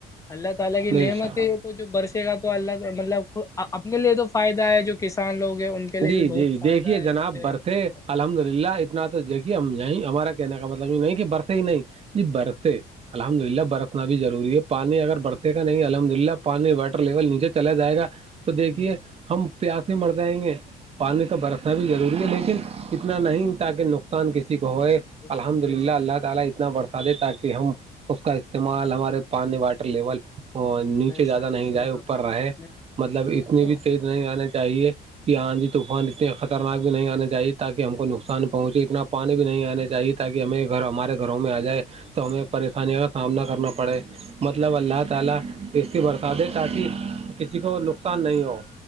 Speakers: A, on the left; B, on the right.
A: اللہ تعالی کی
B: بے
A: نعمت
B: شک
A: ہی جو برسے گا تو اللہ سے مطلب اپنے لیے تو فائدہ ہے جو کسان لوگ ہیں ان کے لیے
B: جی
A: بھی بہت
B: جی دیکھیے
A: فائدہ ہے
B: جناب
A: اس سے
B: برسے
A: بہت فائدہ ہے۔
B: الحمد للہ اپنا تو دیکھیے ہم یہیں ہمارا کہنے کا مطلب یہ نہیں کہ برسے ہی نہیں جی برے الحمد للہ برتنا بھی ضروری پانی اگر برتتے گا نہیں الحمد للہ پانی واٹر لیول نیچے چلا جائے گا تو
A: جی،
B: دیکھیے ہم پیاس مر جائیں گے پانی تو برسنا
A: بے
B: بھی ضروری ہے لیکن اتنا نہیں تاکہ نقصان کسی کو ہوئے
A: شک
B: الحمد
A: بے
B: للہ
A: شک
B: اللہ تعالی برسا دے تاکہ ہم اس کا استعمال ہمارے پانی باٹے لیول نیچے
A: بے شک
B: زیادہ نہیں
A: صحیح
B: جائے اوپر
A: فرمایا
B: رہے
A: آپ نے
B: مطلب
A: وہی
B: اتنی
A: تو
B: بھی تیز نہیں آنا چاہیے کہ ہاں جی طوفان اتنے خطرناک بھی نہیں آنے چاہیے تاکہ ہم کو نقصان پہنچے اتنا پانی بھی نہیں آنا چاہیے تاکہ ہمیں گھر ہمارے گھروں میں آ جائے تو ہمیں پریشانیوں کا سامنا کرنا پڑے مطلب اللہ تعالی اسسی برساتیں تف کسی کو نقصان نہیں ہو